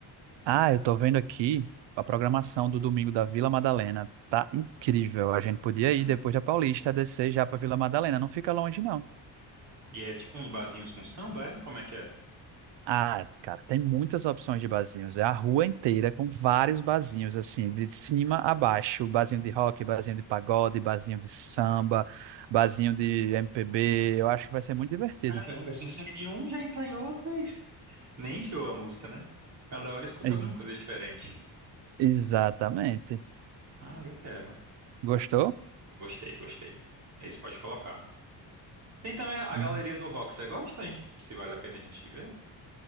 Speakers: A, on the right; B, on the right.
A: Ah, eu tô vendo aqui a programação do domingo da Vila Madalena. Tá incrível. A gente podia ir
B: Hum.
A: depois da Paulista, descer já pra Vila Madalena. Não fica longe, não.
B: E é tipo uns barzinhos com samba, é? Como é que é?
A: Ah, cara, tem muitas opções de barzinhos. É a rua inteira com vários barzinhos, assim, de cima a baixo. Barzinho de rock, barzinho de pagode, barzinho de samba, barzinho de MPB. Eu acho que vai ser muito divertido.
B: Caramba, assim sai de um, já entra em outro e <laughs> nem enjoa a música, né? Cada hora escuta
A: Ex-
B: alguma coisa diferente.
A: exatamente.
B: Ah, eu quero.
A: Gostou?
B: Gostei, gostei. Esse pode colocar. Tem também a galeria
A: Uhum.
B: do Rock. Você gosta, gente? Se vale a pena a gente ver?